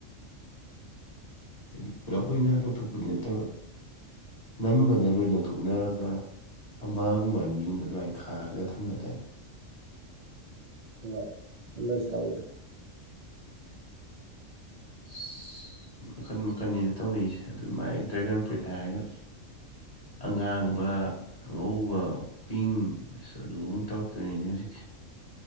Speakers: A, on the left; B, on the right.
A: ꯍꯥꯏꯗꯤ ꯄꯨꯂꯞ ꯑꯣꯏꯅ ꯇꯧꯊꯣꯛꯄꯗꯤ ꯅꯠꯇꯕ ꯅꯝꯕꯅ ꯂꯣꯏ ꯂꯧꯊꯣꯛꯅꯔꯒ ꯑꯃꯒꯨꯝꯕ ꯑꯅꯤꯒꯨꯝꯕ ꯑꯗꯨꯃꯥꯏꯅ ꯈꯥꯔꯒ ꯊꯝꯅ ꯇꯔꯦ
B: ꯍ ꯑꯗꯨꯏꯁ ꯇꯧꯑ
A: ꯑꯁ ꯃꯈꯟ ꯃꯈꯟꯅꯤꯗ ꯇꯧꯅꯔꯤꯁꯦ ꯑꯗꯨ ꯃꯥꯏ ꯗ꯭ꯔꯦꯒꯟ ꯐ꯭ꯔꯨꯏꯠ ꯍꯥꯏꯔꯒ ꯑꯉꯥꯡꯕ ꯑꯉꯧꯕ ꯄꯤꯡ ꯑꯁ ꯑꯗꯨꯕꯨ ꯑꯃꯨꯛ ꯇꯧꯔꯛꯇꯣꯏꯔꯤꯅꯦ ꯍꯧꯖꯤꯛꯀꯤ